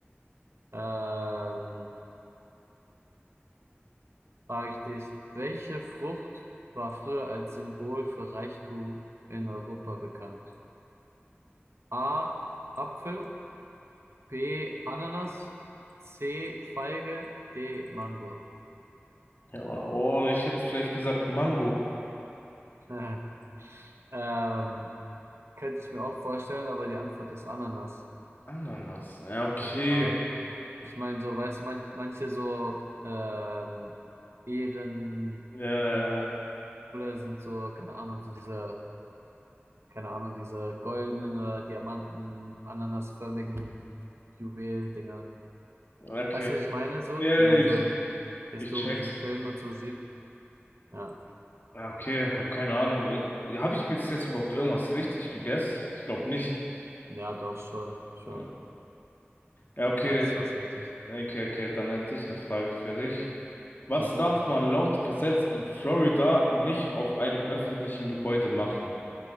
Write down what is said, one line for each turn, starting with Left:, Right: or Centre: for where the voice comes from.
Right: ähm, frage ich dich, welche Frucht war früher als Symbol für Reichtum in Europa bekannt? A. Apfel, B. Ananas, C. Feige, D. Mango.
Left: Ja, oh, ich hätte vielleicht gesagt Mango.
Right: <laughs> Ähm, könnte ich mir auch vorstellen, aber die Antwort ist Ananas.
Left: Ananas. Ja, okay.
Right: Ja. Ich meine, so, weißt du, manch, manche so ähm, Ehrensymbole
Left: Ja, ja,
Right: sind so, keine Ahnung, so diese, keine Ahnung, diese goldenen oder Diamanten, ananasförmigen Juwel-Dinger.
Left: ja. okay.
Right: Weißt du, was ich meine, so,
Left: Ja,
Right: die man
Left: ich,
Right: so in historischen
Left: ich check's.
Right: Filmen und so sieht? Ja,
Left: Ja, okay, habe keine Ahnung. Äh, Hab ich bis jetzt überhaupt irgendwas richtig gegessen? Ich glaube nicht.
Right: ja, doch, schon, schon.
Left: Ja, Ja, okay.
Right: Hat's was richtig.
Left: Okay, okay, dann hätte ich eine Frage für dich. Was
Right: Mhm.
Left: darf man laut Gesetz in Florida nicht auf einem öffentlichen Gebäude machen?